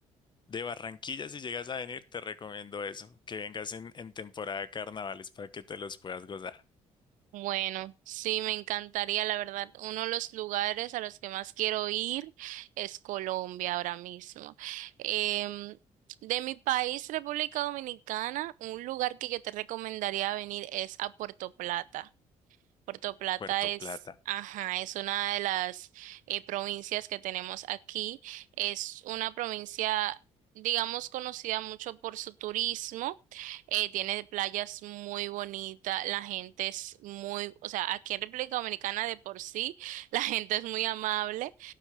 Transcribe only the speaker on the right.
Bueno, sí, me encantaría, la verdad. Uno de los lugares a los que más quiero ir es Colombia ahora mismo. Em, de mi país, República Dominicana, un lugar que yo te recomendaría venir es a Puerto Plata. Puerto Plata
es,
ajá, es una de las eh, provincias que tenemos aquí. Es una provincia, digamos, conocida mucho por su turismo. Eh, tiene playas muy bonitas, la gente es muy, o sea, aquí en República Dominicana de por sí, <laughs> la gente es muy amable,